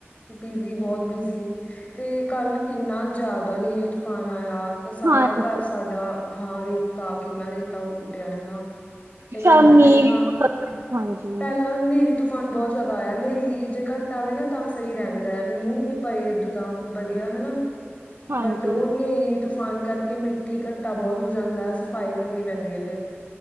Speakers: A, on the left; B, on the right.
A: ਬਿਜੀ ਬਹੁਤ ਬਿਜੀ, ਤੇ ਕੱਲ ਕਿੰਨਾ ਜ਼ਿਆਦਾ ਹਨੇਰੀ- ਤੂਫਾਨ ਆਇਆ। ਤਾਂ ਸਾਰਾ
B: ਹਾਂਜੀ
A: ਘਰ ਸਾਡਾ, ਹਾਂ ਰੇਤਾ ਕਿੰਨਾ ਰੇ ਤਾਂ, ਉੱਡਿਆ ਹਨਾ ਏਨਾ-ਏਨਾ।
B: ਸ਼ਾਮੀ ਹਾਂਜੀ।
A: ਪਹਿਲਾਂ ਨੇਰੀ-ਤੂਫਾਨ ਬਹੁਤ ਜ਼ਿਆਦਾ ਆਇਆ, ਨੇਰੀ ਜੇ ਘੱਟ ਆਵੇ ਨਾ ਤਾਂ ਸਈ ਰਹਿੰਦਾ ਐ, ਮੀਂਹ ਪਏ ਦੂ ਤਾ, ਵਧੀਆ ਹਨਾ
B: ਹਾਂਜੀ,
A: ਬਟ ਓ ਨੇਰੀ-ਤੂਫਾਨ ਕਰਕੇ ਮਿੱ ਇਘੱਟਾ ਬਹੁਤ ਹੋ ਜਾਂਦਾ ਐ, ਸਫ਼ਾਈ ਕਰਨੀ ਪੈਂਦੀ ਐ ਫਿਰ।